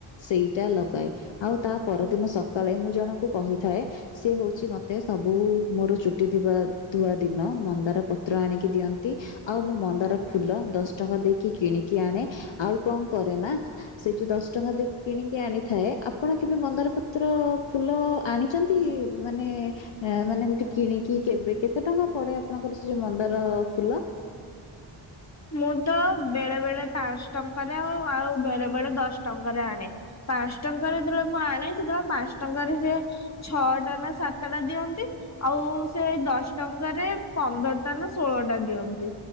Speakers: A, on the left; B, on the left.
A: ସେଇଟା ଲଗାଏ ଆଉ ତା ପରଦିନ ସକାଳେ ମୁଁ ଜଣଙ୍କୁ କହୁଥାଏ। ସିଏ ହଉଛି ମତେ ସବୁ ମୋର ଚୁଟି ଥିବା ଧୁଆ ଦିନ ମନ୍ଦାର ପତ୍ର ଆଣିକି ଦିଅନ୍ତି। ଆଉ ମୁଁ ମନ୍ଦାର ଫୁଲ ଦଶ ଟଙ୍କା ଦେଇକି କିଣିକି ଆଣେ ଆଉ କଣ କରେ ନା ସେ ଯୋଉ ଦଶ ଟଙ୍କା ଦେଇକି କିଣିକି ଆଣିଥାଏ ଆପଣ କେବେ ମନ୍ଦାର ପତ୍ର ଫୁଲ ଆଣିଛନ୍ତି ମାନେ ମାନେ ଏମିତି କିଣିକି କେବେ କେତେ ଟଙ୍କା ପଡ଼େ ଆପଣଙ୍କର ସେ ଯେଉଁ ମନ୍ଦାର ଫୁଲ?
B: ମୁଁ ତ ବେଳେ ବେଳେ ପାଞ୍ଚ ଟଙ୍କାରେ ଆ ଆଉ ବେଳେ ବେଳେ ଦଶ ଟଙ୍କାରେ ଆଣେ। ପାଞ୍ଚ ଟଙ୍କାରେ ଯେତେବେଳେ ମୁଁ ଆଣ ସେତେବେଳେ ପାଞ୍ଚ ଟଙ୍କାରେ ସେ ଛଅଟା ନା ସାତଟା ଟା ଦିଅନ୍ତି। ଆଉ ସେଇ ଦଶ ଟଙ୍କାରେ ପନ୍ଦରଟା ନା ଷୋହଳ ଟା ଦିଅନ୍ତି